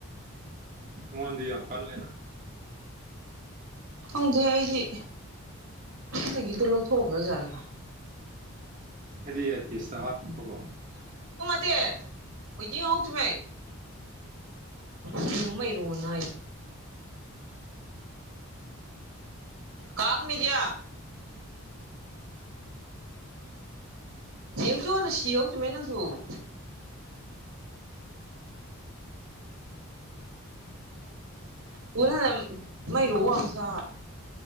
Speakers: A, on the right (about 35°); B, on the right (about 70°).
A: ꯃꯣꯣꯟꯗ ꯀ ꯂꯅ
B: ꯈꯪꯗꯦ ꯑꯩꯒꯤ ꯗꯒꯤꯗ ꯂ ꯊꯈ꯭ꯔꯖꯂ
A: ꯑꯩꯗꯤ ꯄꯤꯁꯇ ꯍꯥꯞꯄꯀꯣ
B: ꯠꯇꯦ ꯍꯧꯣꯏꯗꯤꯤꯡ ꯉꯥꯎꯇꯃꯩ ꯁꯃ ꯏꯔꯣꯟꯅ ꯀꯥꯛ ꯃꯤꯗꯤꯌꯥ ꯌꯦꯡꯁꯨꯅ ꯁꯤꯍꯧ ꯆ ꯃ ꯅꯪꯁꯨ <inaudible> ꯄꯨꯅ ꯃꯥꯏ ꯔꯣ ꯑꯥꯎꯁ